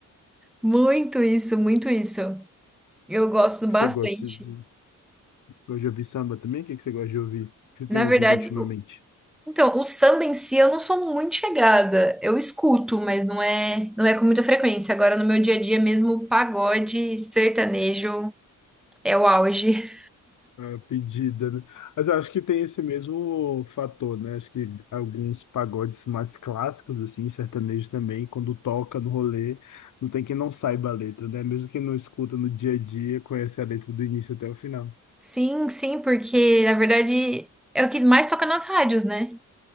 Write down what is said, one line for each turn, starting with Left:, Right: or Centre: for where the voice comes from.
Centre: Muito isso, muito isso. Eu gosto
Left: O que
Centre: bastante.
Left: você gosta de, gosta de ouvir samba também? O que que você gosta de ouvir? O que você tem
Centre: Na
Left: ouvido
Centre: verdade,
Left: ultimamente?
Centre: o- então, o samba em si eu não sou muito chegada. Eu escuto, mas não é, não é com muita frequência. Agora, no meu dia a dia mesmo, pagode, sertanejo é o auge.
Left: A pedida, né? Mas eu acho que tem esse mesmo fator, né? Acho que alguns pagodes mais clássicos, assim, sertanejo também, quando toca no rolê, não tem quem não saiba a letra, né? Mesmo quem não escuta no dia a dia, conhece a letra do início até o final.
Centre: Sim, sim, porque na verdade é o que mais toca nas rádios, né?